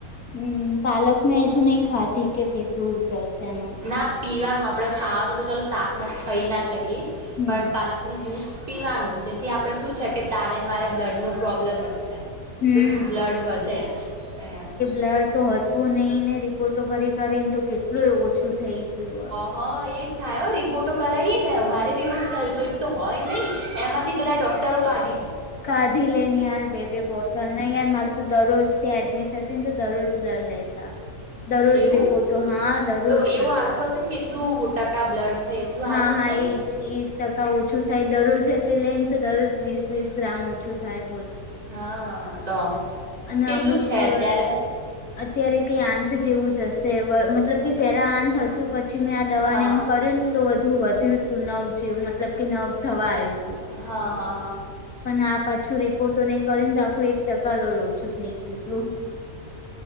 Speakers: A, on the left; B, on the right.
A: હમ પાલક મેં હજુ નઈ ખાધી કે પીધું રસ એનું.
B: ના પીવાનું આપડે ખાવાનું તો ચાલ શાક ખઈ ના શકીએ
A: હમ
B: પણ પાલક નું જ્યુસ પીવાનું જેથી આપણે શું છે. કે તારે ને મારે બ્લડ ન પ્રોબ્લેમ જ છે.
A: હમ
B: તો શું બ્લડ વધે એનાથી
A: લર તો હતું નહી ને રિપોર્ટ તો કરી કરીને તો કેટલું ઓછું થઈ ગયું.
B: હં એ જ થાય રિપોર્ટો કરાવી થ્યો મારે બી એવું જ થયું હતું એક તો હોય નહીં એમાંથી પેલાં ડૉક? તરો કાઢી લો.
A: કાધી લેની યાર બે બે બોટલ. યાર મારે તો દરરોજ થી એડમિટ હતી ને તો દરરોજ લર લેતા. દરરોજ
B: એવું
A: રિપોર્ટો હા દરરોજ
B: તો એવું
A: કરતા
B: આવતું હશે ને કેટલું ટકા બ્લડ છે. જો વાયુ
A: હા
B: આશે
A: હા એજ
B: ને.
A: એ ટકા ઓછું થાય દરરોજ તે લેન તો દરરોજ વીસ વીસ ગ્રામ ઓછું થાય બોલ.
B: હા તો
A: અને
B: કેટલું
A: અમુક
B: છે
A: દિવસ
B: અત્યારે.
A: અત્યારે કઈ આથ જેવું જ હશે મતલબ કે પેલા આંત. ત પછી મેં આ દવાને
B: હા
A: એમ કર્યું ને તો બધું વધ્યું તું નવ જેવ મતલબ કે નવ દવા આવ્યું તું.
B: હા હા હા.
A: પણ આ પાછું રિપોર્ટ નને કરીને તો આખું એક ટકા લોય ઓછું થઈ ગયું. એટલું